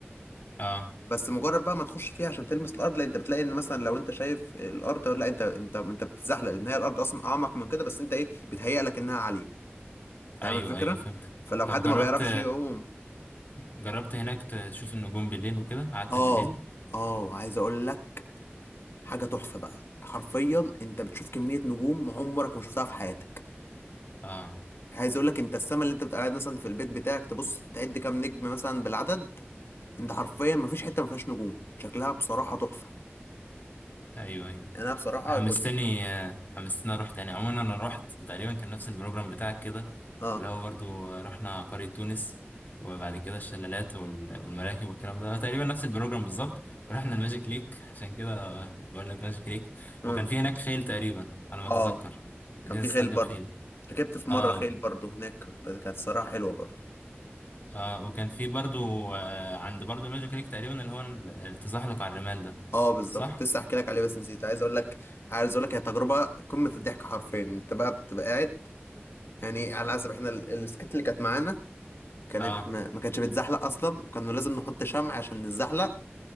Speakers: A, on the left; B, on the left.
A: اه
B: بس مجرد بقى ما تخش فيها عشان تلمس الارض لا انت بتلاقي ان مثلا لو انت شايف الارض لا انت انت انت بتتزحلق لان هي الارض اصلا اعمق من كده بس انت ايه بتهيأ لك انها عاليه فاهم
A: ايوه
B: الفكرة
A: ايوه فهمتك
B: فلو
A: طب
B: حد
A: جربت
B: ما بيعرفش يعوم
A: جربت هناك تشوف النجوم بالليل وكده قعدت
B: اه
A: بالليل
B: اه عايز اقول لك حاجه تحفه بقى حرفيا انت بتشوف كميه نجوم عمرك ما شفتها في حياتك
A: اه
B: عايز اقول لك انت السما اللي انت بتبقى قاعد مثلا في البيت بتاعك تبص تعد كام نجم مثلا بالعدد انت حرفيا ما فيش حته ما فيهاش نجوم شكلها بصراحه تحفه
A: ايوه ايوه
B: انا بصراحة
A: حمستني
B: كنت
A: آه، حمستني اروح تاني عموما انا رحت تقريبا كان نفس البروجرام بتاعك كده
B: اه
A: اللي هو برضو رحنا قرية تونس وبعد كده الشلالات وال- والمراكب والكلام ده تقريبا نفس البروجرام بالظبط ورحنا الماجيك ليك عشان كده آه، بقول لك ماجيك ليك
B: امم
A: وكان في هناك خيل تقريبا على ما اتذكر
B: اه
A: كان
B: كان
A: في ناس
B: في
A: تستأجر
B: خيل برضه
A: خيل
B: ركبت في
A: اه
B: مرة خيل برضه هناك بس كانت صراحة حلوة برضه
A: اه وكان في برضو آه عند برضو الماجيك ليك تقريبا اللي هو ال- التزحلق على الرمال ده
B: اه بالظبط
A: صح؟
B: كنت لسه احكي لك عليه بس نسيت عايز اقول لك عايز اقول لك هي تجربه قمه الضحك حرفيا انت بقى بتبقى قاعد يعني على حسب احنا ال- السكت اللي كانت معانا كانت
A: اه
B: ما, ما كانتش بتزحلق اصلا وكانوا لازم نحط شمع عشان نتزحلق